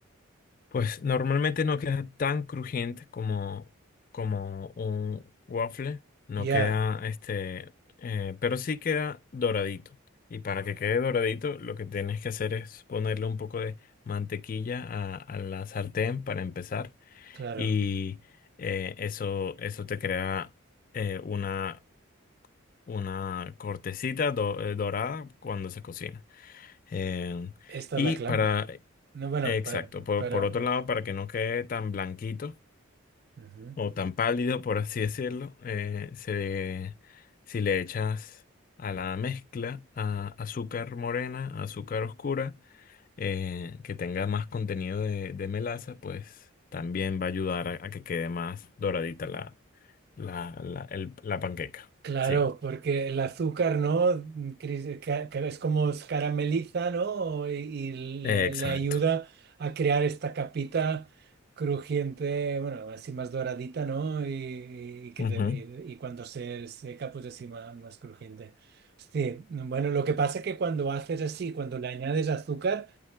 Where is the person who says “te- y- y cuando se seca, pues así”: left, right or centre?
Right